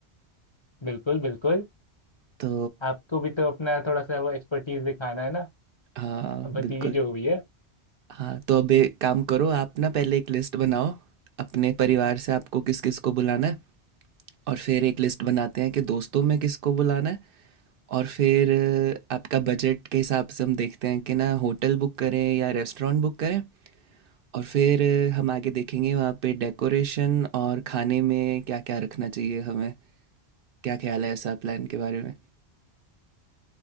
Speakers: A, on the left (about 30°); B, on the right (about 60°).
A: बिल्कुल बिल्कुल
B: तो
A: आपको भी तो अपना थोड़ा सा वो एक्सपर्टीज दिखाना है ना
B: हाँ
A: अब भतीजी
B: बिल्कुल
A: जो हुई है
B: हाँ तो अब एक काम करो आप ना पहले एक लिस्ट बनाओ अपने परिवार से आपको किस किस को बुलाना है और फिर एक लिस्ट बनाते हैं कि दोस्तों में किसको बुलाना है और फिर अ, आपका बजट के हिसाब से हम देखते हैं कि ना होटल बुक करें या रेस्टोरेंट बुक करें और फिर अ, हम आगे देखेंगे वहाँ पे डेकोरेशन और खाने में क्या क्या रखना चाहिए हमें क्या ख्याल है ऐसा प्लान के बारे में